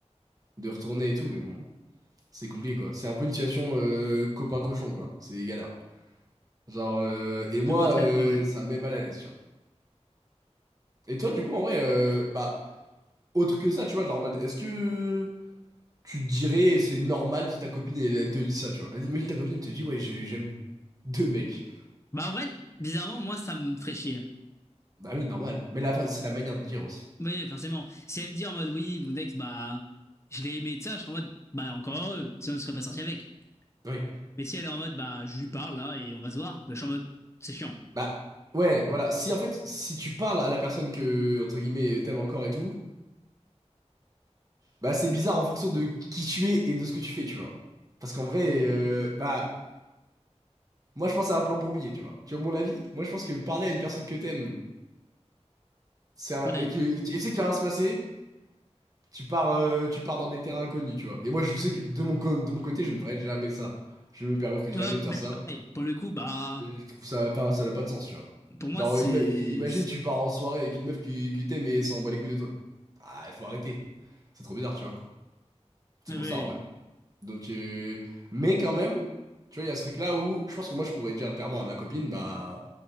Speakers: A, on the right; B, on the left.
A: de retourner et tout, mais bon, c'est compliqué, quoi. C'est un peu une situation euh, copain-cochon, quoi. C'est galère. Genre, euh, et moi,
B: Je vois très
A: euh,
B: bien, ouais.
A: ça me met mal à l'aise, tu vois. Et toi, du coup, en vrai, euh, bah, autre que ça, tu vois, genre en mode, est-ce que. tu te dirais, c'est normal si ta copine, elle, elle te dit ça, tu vois. Imagine ta copine, elle te dit, ouais, j'ai- j'aime deux mecs.
B: Bah, en vrai, bizarrement, moi, ça me ferait chier.
A: Bah oui, normal. Mais la, c'est la manière de dire aussi.
B: Oui, forcément. Si elle me dit en mode oui, mon ex, bah, je l'ai aimé de ça, je serais en mode bah, encore heureux. Sinon, je serais pas sorti avec.
A: Oui.
B: Mais si elle est en mode bah, je lui parle là et on va se voir, bah, je suis en mode c'est chiant.
A: Bah, ouais, voilà. Si, en fait, si tu parles à la personne que, entre guillemets, t'aimes encore et tout, bah c'est bizarre en fonction de qui tu es et de ce que tu fais, tu vois. Parce qu'en vrai, euh, bah, moi, je pense à un plan bourbier, tu vois. Tu vois, mon avis, moi, je pense que parler à une personne que t'aimes, c'est un,
B: Oui.
A: et que, et tu sais qu'il va rien se passer, Tu pars, euh, tu pars dans des terrains inconnus, tu vois. Et moi, je sais que de mon, co- de mon côté, je ne ferai jamais ça. Je ne me permettrai jamais
B: Ouais,
A: de faire
B: bah,
A: ça.
B: pareil. Pour le coup, bah,
A: Et je trouve ça pas, ça n'a pas de sens, tu vois.
B: pour moi,
A: Genre,
B: c'est.
A: euh, ima- imagine, tu pars en soirée avec une meuf qui, qui t'aime et elle s'en bat les couilles de toi. Ah, il faut arrêter. C'est trop bizarre, tu vois. C'est
B: Ah oui,
A: pour ça, en vrai.
B: oui.
A: Donc, euh, mais quand même, tu vois, il y a ce truc-là où je pense que moi, je pourrais dire clairement à ma copine, bah,